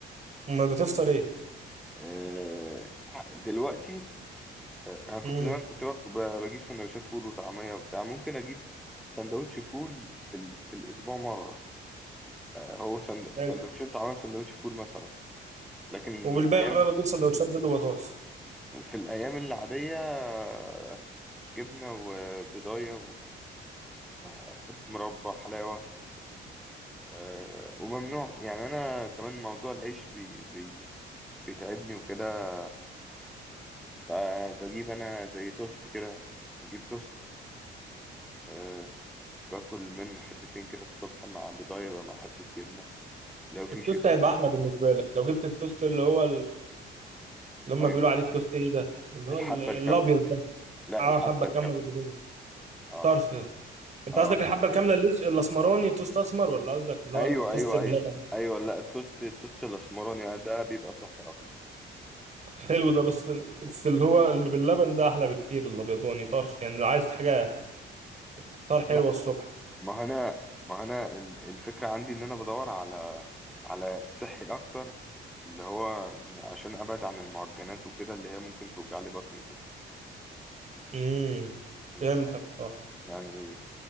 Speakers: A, on the right; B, in the centre.
A: امال بتفطر ايه؟
B: آه، دلوقتي آه، انا كنت
A: امم
B: زمان كنت باك- ب- بجيب سندوتشات فول وطعميه وبتاع ممكن اجيب سندوتش فول في ال... في الاسبوع مره آه، هو سند...
A: حلو.
B: سندوتشين طعميه وسندوتش فول مثلا لكن
A: وبالباقي
B: في الايام
A: بقى بتجيب سندوتشات بيض وبطاطس
B: في الايام العاديه آه، جبنه وبضايه وحته مربى حلاوه آه، وممنوع يعني انا كمان موضوع العيش بي... بي... بيتعبني وكده فبجيب انا زي توست كده بجيب توست أه باكل منه حتتين كده الصبح مع بيضاية بقى مع حتة جبنة لو في
A: التوست
B: شيبسي
A: هيبقى احلى بالنسبة لك لو جبت التوست اللي هو اللي هم
B: ايوه
A: بيقولوا عليه التوست ايه ده اللي هو
B: الحبة
A: ال- الابيض
B: الكاملة
A: ده
B: لا
A: اه
B: الحبة
A: حبه كامله
B: الكاملة
A: اللي بيجي
B: اه
A: طرف ده انت
B: اه
A: قصدك الحبه الكامله اللي لس- الاسمراني توست اسمر ولا قصدك اللي
B: ايوه
A: هو التوست
B: ايوه
A: بلبن
B: ايوه ايوه لا التوست التوست الاسمراني آه، ده بيبقى صحي اكتر
A: حلو ده بس بس اللي هو اللي باللبن ده احلى بكتير الابيضاني طرف يعني لو عايز حاجه افطار حلوه
B: لا
A: الصبح
B: ما هو انا ما هو انا ال- الفكرة عندي ان انا بدور على على الصحي اكتر اللي هو عشان ابعد عن المعجنات وكده اللي هي ممكن توجع لي بطني وكده
A: امم
B: انت
A: فهمتك
B: فاهم
A: اه
B: يعني